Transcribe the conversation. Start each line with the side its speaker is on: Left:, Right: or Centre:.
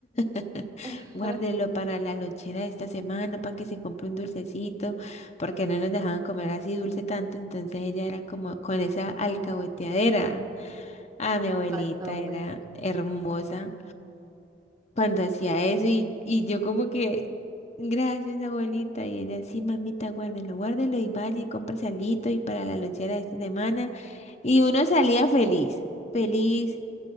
Left: <laughs>
Right: <laughs> Ajá.
Left: Guárdelo para la lonchera de esta semana, para que se compre un dulcecito, porque no nos dejaban comer así dulce tanto, entonces ella era como con esa alcahueteadera. Ah, mi abuelita
Right: Ay, tan
Left: era
Right: bello.
Left: hermosa cuando hacía eso y, y yo como que, gracias abuelita, y ella, sí, mamita, guárdelo, guárdelo y vaya y compre salito y para la lonchera de esta semana. Y uno salía feliz, feliz